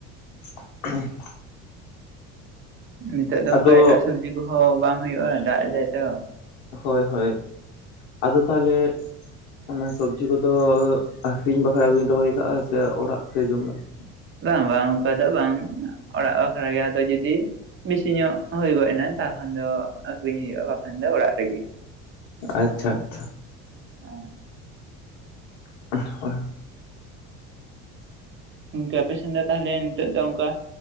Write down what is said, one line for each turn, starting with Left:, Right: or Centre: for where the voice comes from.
Left: <unintelligible>
Right: ᱱᱤᱛᱚᱜ ᱫᱚ ᱚᱱᱠᱟ
Left: ᱟᱫᱚ
Right: ᱮᱴᱟᱜ ᱥᱚᱵᱽᱡᱤ ᱠᱚᱦᱚᱸ ᱵᱟᱝ ᱦᱳᱭᱳᱜᱼᱟ ᱫᱟᱜ ᱫᱟᱭ ᱛᱚ ᱾
Left: ᱦᱳᱭ ᱦᱳᱭ ᱟᱫᱚ ᱛᱟᱦᱚᱞᱮ ᱚᱱᱟ ᱥᱚᱵᱽᱡᱤ ᱠᱚᱫᱚ ᱟᱹᱠᱷᱨᱤᱧ ᱵᱟᱠᱷᱨᱟ ᱵᱤᱱ ᱨᱚᱦᱚᱭ ᱟᱠᱟᱜᱼᱟ, ᱥᱮ ᱚᱲᱟᱜ ᱨᱮ ᱡᱚᱢ ᱞᱮᱠᱟ?
Right: ᱵᱟᱝ ᱵᱟᱝ ᱚᱱᱠᱟ ᱫᱚ ᱵᱟᱝ ᱚᱲᱟᱜ ᱵᱟᱠᱷᱨᱟ ᱜᱮ ᱟᱫᱚ ᱡᱩᱫᱤ ᱵᱮᱥᱤ ᱧᱚᱜ ᱦᱩᱭ ᱜᱚᱫ ᱮᱱᱟ ᱛᱟᱠᱷᱟᱱ ᱫᱚ ᱟᱹᱠᱷᱨᱤᱧ ᱦᱩᱭᱩᱜᱼᱟ ᱾ ᱵᱟᱠᱷᱟᱱ ᱫᱚ ᱚᱲᱟᱜ ᱨᱮ ᱜᱮ ᱾
Left: ᱟᱪᱪᱷᱟ ᱟᱪᱪᱷᱟ᱾
Right: ᱟᱨ
Left: <unintelligible>
Right: ᱤᱱᱠᱟᱹ ᱟᱯᱮ ᱥᱮᱱ ᱫᱚ ᱛᱟᱦᱞᱮ ᱱᱤᱛᱚᱜ ᱫᱚ ᱚᱱᱠᱟ